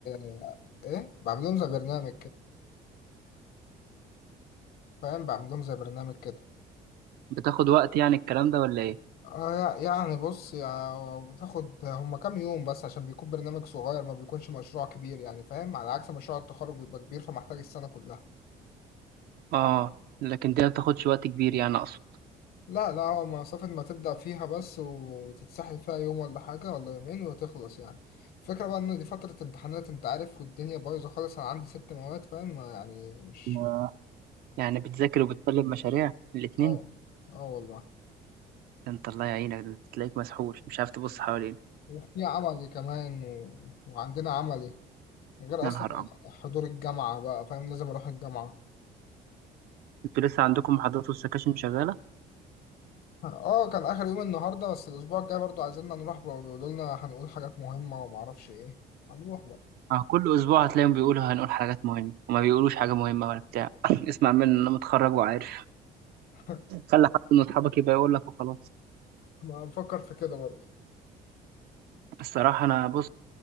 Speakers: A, on the left (about 65°); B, on the right (about 65°).
A: آه، إيه بعمل لهم زي برنامج كده فاهم بعمل لهم زي برنامج كده
B: بتاخد وقت يعني الكلام ده ولا ايه
A: آه يعني بص يعني بتاخد هما كام يوم بس عشان بيكون برنامج صغير ما بيكونش مشروع كبير يعني فاهم على عكس مشروع التخرج بيبقى كبير فمحتاج السنة كلها
B: اه لكن دي ما بتاخدش وقت كبير يعني اقصد
A: لا لا هو مسافة ما تبدأ فيها بس وتتسحل فيها يوم ولا حاجة ولا يومين وتخلص يعني الفكرة بقى إن دي فترة امتحانات أنت عارف والدنيا بايظة خالص أنا عندي ست مواد فاهم يعني مش
B: يا- يعني بتذاكر وبتسلم مشاريع الاتنين
A: اه اه والله
B: ده انت الله يعينك ده تلاقيك مسحول مش عارف تبص حواليك
A: وفي عملي كمان و... وعندنا عملي غير
B: يا
A: أصلا
B: نهار أبيض
A: حضور الجامعة بقى فاهم لازم أروح الجامعة
B: انتوا لسه عندكم محاضرات والسكاشن شغالة؟
A: اه كان اخر يوم النهارده بس الاسبوع الجاي برضو عايزيننا نروح بقى بيقولوا لنا هنقول حاجات مهمه ومعرفش ايه هنروح بقى
B: اه كل أسبوع هتلاقيهم بيقولوا هنقول حاجات مهمة وما بيقولوش حاجة مهمة ولا بتاع <laughs> اسمع مني أنا متخرج وعارف
A: <laughs>
B: خلي حد من أصحابك يبقى يقول لك وخلاص
A: ما بفكر في كده برضو
B: الصراحة أنا بص